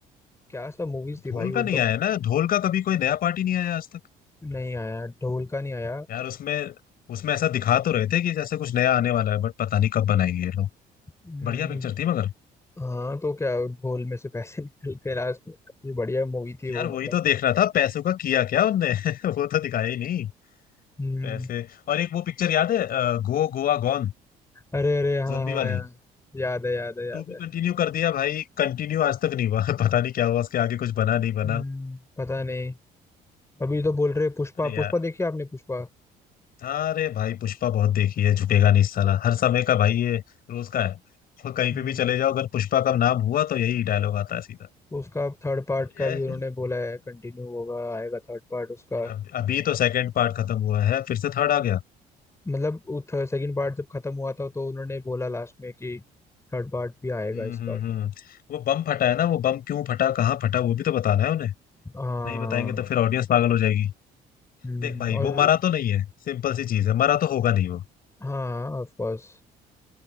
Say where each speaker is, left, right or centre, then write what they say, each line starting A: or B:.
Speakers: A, on the left (about 15°); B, on the left (about 60°).
A: क्या सब मूवीज थी
B: ढोल
A: भाई वो
B: का
A: एकदम
B: नहीं आया ना ढोल का कभी कोई नया पार्टी नहीं आया आज तक
A: नहीं आया ढोल का नहीं आया
B: यार उसमें उसमें ऐसा दिखा तो रहे थे कि जैसे कुछ नया आने वाला है बट पता नहीं कब बनाएंगे ये लोग
A: हम्म,
B: बढ़िया पिक्चर थी मगर
A: हाँ तो क्या ढोल में से पैसे <laughs> निकलते लास्ट में काफी बढ़िया मूवी थी
B: यार
A: वो मतलब
B: वही तो देखना था पैसों का किया क्या उनने <laughs> वो तो दिखाया ही नहीं
A: हम्म
B: पैसे और एक वो पिक्चर याद है अ, गो गोवा गॉन
A: अरे अरे हाँ
B: जोम्बी
A: हाँ
B: वाली
A: यार याद है याद है याद
B: टू भी
A: है
B: कंटिन्यू कर दिया भाई कंटिन्यू आज तक नहीं हुआ <laughs> पता नहीं क्या हुआ उसके आगे कुछ बना नहीं बना
A: हम्म पता नहीं अभी तो बोल रहे पुष्पा
B: अरे यार
A: पुष्पा देखी आपने पुष्पा
B: अरे भाई पुष्पा बहुत देखी है झुकेगा नहीं साला हर समय का भाई ये रोज का है और कहीं
A: हम्म
B: पे भी चले जाओ अगर पुष्पा का नाम हुआ तो यही डायलॉग आता है सीधा
A: उसका थर्ड पार्ट
B: बढ़िया
A: का भी
B: है
A: उन्होंने
B: फिर
A: बोला है कंटिन्यू होगा आएगा थर्ड पार्ट उसका
B: अब- अभी तो सेकंड पार्ट खत्म हुआ है फिर से थर्ड आ गया
A: मतलब सेकंड पार्ट जब खत्म हुआ था तो उन्होंने बोला लास्ट में कि थर्ड पार्ट भी आएगा
B: हम्म
A: इसका
B: हम्म हम्म वो बम फटा है ना वो बम क्यों फटा कहाँ फटा वो भी तो बताना है उन्हें
A: हाँ
B: नहीं बताएंगे तो फिर ऑडियंस पागल हो जाएगी
A: हम्म,
B: देख भाई
A: और
B: वो मरा तो नहीं है सिंपल सी चीज है मरा तो होगा नहीं वो
A: हाँ ऑफ कोर्स